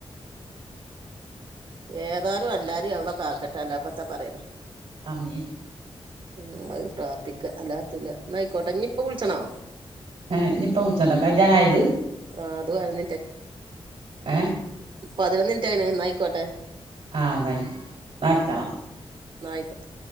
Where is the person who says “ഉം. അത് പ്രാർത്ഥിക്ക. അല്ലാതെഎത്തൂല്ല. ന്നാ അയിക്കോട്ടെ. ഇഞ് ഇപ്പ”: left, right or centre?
Right